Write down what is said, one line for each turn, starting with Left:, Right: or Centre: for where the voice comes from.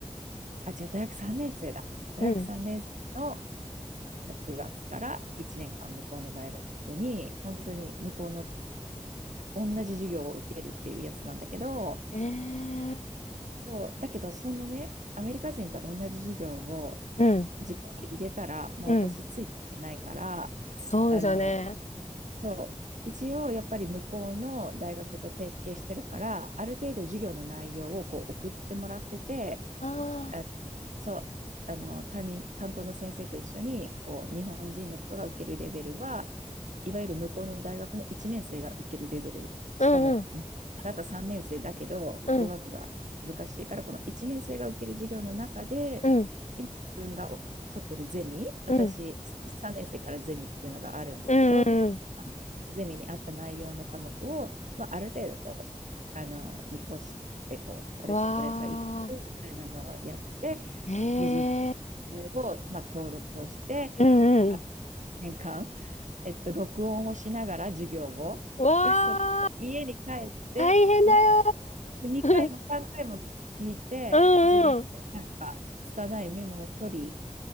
Right: あ、違う、大学3年生だ。大学3年生の
Left: うん。
Right: 9月から1年間向こうの大学に、本当に向こうの同じ授業を受けるっていうやつなんだけど、
Left: ええ
Right: もうだけど、そんなね、アメリカ人と同じ授業を
Left: うん。
Right: 時間を入れたら、もう私ついていけないから、
Left: うん。そうですよね。
Right: あの、そう、一応やっぱり向こうの大学と提携してるから、ある程度授業の内容をこう送ってもらってて、
Left: あ
Right: あ
Left: あ。
Right: そうあの担任担当の先生と一緒にこう日本人の人が受けるレベルはいわゆる向こうの大学の1年生が受けるレベルしかもまあなた3年生だけど語学が難しいからこの1年生が受ける授業の中で今自分が取ってるゼミ私そ3年生からゼミっていうのがあるんだけど
Left: うんうん。うん。うん。うん。うんうんうん。
Right: ゼミに合った内容の科目を、まあ、ある程度こうあの見越してこうこれとこれがいいみたいなのをやって、
Left: わあ。ええ
Right: 無事、それを、まあ、登録をして、
Left: うんうん。
Right: あ一年間、えっと、録音をしながら授業を、
Left: わあ。
Right: で、それを家に帰って、
Left: 大変だよ
Right: もう2回も3回も聞聞いて、
Left: ー。<laughs> うんうん。
Right: 自分でなんか、拙いメモを取り、